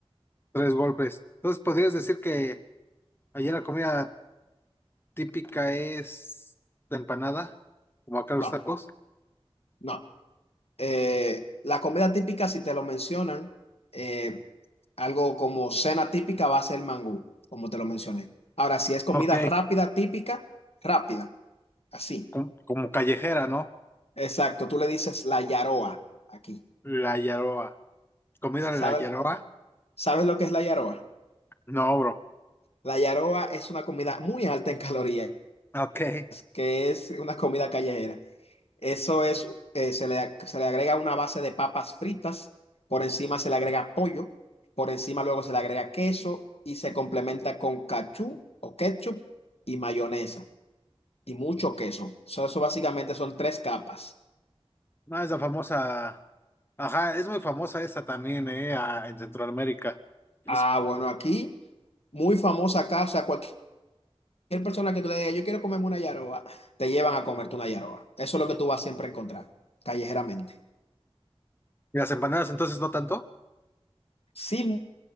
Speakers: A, on the left; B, on the left.
A: Tres golpes. Entonces, ¿podrías decir que allá la comida típica es la empanada, como acá los
B: No,
A: tacos?
B: no. Eh, la comida típica, si te lo mencionan, eh, algo como cena típica va a ser mangú, como te lo mencioné. Ahora, si es comida
A: Ok,
B: rápida, típica, rápida, así.
A: com- como callejera, ¿no?
B: Exacto, tú le dices la yaroa aquí.
A: La yaroa. ¿Comida
B: ¿Sabes,
A: de la yaroa?
B: sabes lo que es la yaroa?
A: No, bro.
B: La yaroa es una comida muy alta en calorías,
A: Ok.
B: que es una comida callejera. Eso es, eh, se le, se le agrega una base de papas fritas, por encima se le agrega pollo, por encima luego se le agrega queso y se complementa con cachú o ketchup y mayonesa y mucho queso. So, eso básicamente son tres capas.
A: No, es la famosa. Ajá, es muy famosa esa también, ¿eh? Ah, en Centroamérica. Pues,
B: Ah, bueno, aquí muy famosa acá, o sea, cualquier persona que tú le digas, yo quiero comerme una yaroba, te llevan a comerte una yaroba. Eso es lo que tú vas siempre a encontrar, callejeramente.
A: ¿Y las empanadas entonces no tanto?
B: Sí,